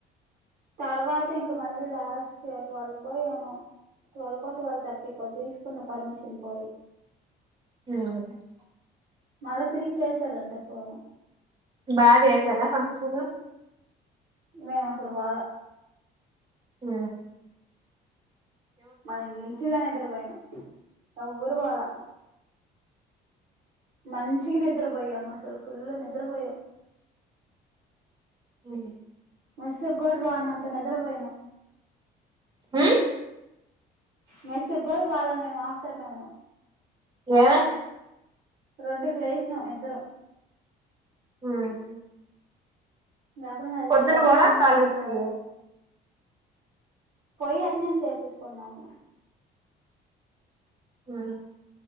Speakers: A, on the right; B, on the right.
A: తర్వాత ఇంక మళ్ళీ లాస్ట్ కీ ట్వల్ కో ఏమో టువెల్కొ టూవెల్ థర్టీకో తీసుకున్న పర్మిషన్ పోయి
B: ఉమ్
A: మళ్ళ తిరిగిచేసాడంట ఫోను
B: బా చేసారా ఫంక్షన్
A: మేము అసలు బాల
B: ఆ
A: మంచిగా నిద్రపోయిన ఎవ్వరు పోలా మంచిగ నిద్రపోయాం అసలు ఫుల్ నిద్రపోయాం
B: ఉ
A: మెస్ గుడ పొనత అంత నిద్రపోయిను
B: ఉమ్
A: మెస్ గుడా పోలే మేమ్ ఆఫ్టర్నూను
B: ఏ
A: రెండుకు లేషినం ఇద్దరం
B: ఉమ్
A: గపల అడిగితే
B: పొద్దున
A: టైం
B: పోరా కాలేజ్కి
A: అయింది కదా పోయి అట్నేన్స్ వేపించుకున్నాము
B: ఆ